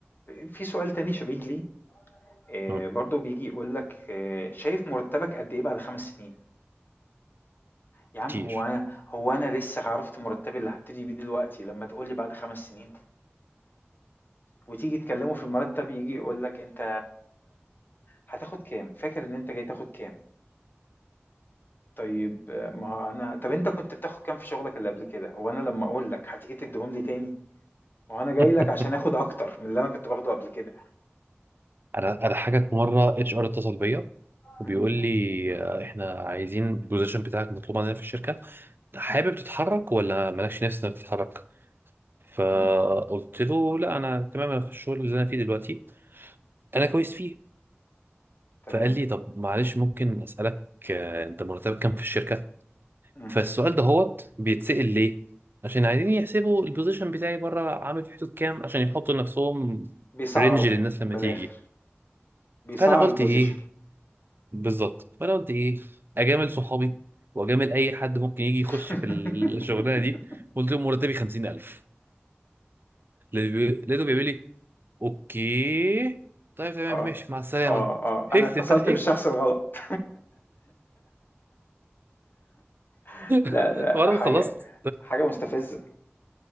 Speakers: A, on the left; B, on the right.
A: في سؤال تاني شبيه لي آه
B: مم،
A: برضو بيجي يقول لك آه شايف مرتبك قد ايه بعد خمس سنين يا
B: كتير
A: عم هو انا هو انا لسه عرفت مرتبي اللي هبتدي بيه دلوقتي لما تقول لي بعد خمس سنين وتيجي تكلمه في المرتب يجي يقول لك انت هتاخد كام فاكر ان انت جاي تاخد كام طيب ما هو أنا طب أنت كنت بتاخد كام في شغلك اللي قبل كده؟ وأنا لما أقول لك هتيجي تديهم لي تاني؟ وأنا جاي
B: <laughs>
A: لك عشان آخد أكتر من اللي أنا كنت باخده قبل كده
B: انا اضحكك في مره اتش ار اتصل بيا وبيقول
A: مم.
B: لي آه، احنا عايزين البوزيشن بتاعك مطلوب عندنا في الشركه حابب تتحرك ولا مالكش نفس انك تتحرك فقلت
A: مم.
B: له لا انا تمام انا في الشغل اللي انا فيه دلوقتي انا كويس فيه
A: تمام
B: فقال لي طب معلش ممكن اسالك آه، انت مرتبك كام في الشركه
A: مم.
B: فالسؤال ده هوت بيتسأل ليه؟ عشان عايزين يحسبوا البوزيشن بتاعي بره عامل في حدود كام عشان يحطوا لنفسهم
A: بيسعروا
B: رينج للناس لما
A: من
B: تيجي
A: الآخر بيسعر
B: فانا قلت
A: البوزيشن
B: ايه بالظبط فانا قلت ايه اجامل صحابي واجامل اي حد ممكن
A: <laughs>
B: يجي يخش في الشغلانه دي قلت لهم مرتبي 50000 لقيته بيقول لي اوكي طيب تمام
A: اه
B: ماشي مع السلامه
A: اه اه انا
B: <laughs> اكتب
A: اتصلت
B: بقى
A: بالشخص
B: اكتب
A: الغلط <laughs>
B: <laughs>
A: لا لا
B: وانا
A: حاجه
B: خلصت
A: حاجه مستفزه